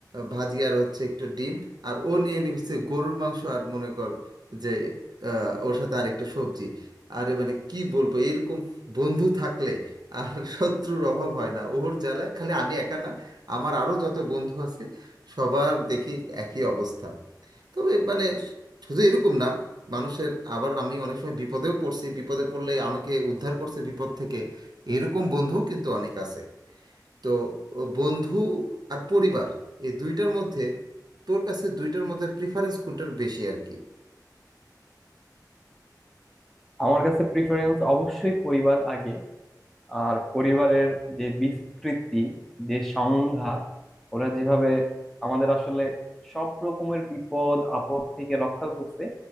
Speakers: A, on the right; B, in the centre.
A: ভাজি আর হচ্ছে একটু ডিম আর ও নিয়ে নিচ্ছে গরুর মাংস আর মনে কর যে আহ, ওর সাথে আরেকটা সবজি আরে মানে কি বলবো এরকম বন্ধু থাকলে আর শত্রুর অভাব হয় না ওর জ্বালায় খালি আমি একা না আমার আরও যত বন্ধু আছে সবার দেখি একই অবস্থা তবে মানে শুধু এরকম না মানুষের আবার আমি অনেক সময় বিপদেও পড়ছি বিপদে পড়লে আমাকে উদ্ধার করছে বিপদ থেকে এরকম বন্ধুও কিন্তু অনেক আছে তো ও বন্ধু আর পরিবার এই দুইটার মধ্যে তোর কাছে দুইটার মধ্যে প্রিফারেন্স কোনটার বেশি আর কি
B: আমার কাছে প্রিফারেন্স অবশ্যই পরিবার আগে আর পরিবারের যে বিস্তৃতি যে সংজ্ঞা ওরা যেভাবে আমাদের আসলে সব রকমের বিপদ আপদ থেকে রক্ষা করছে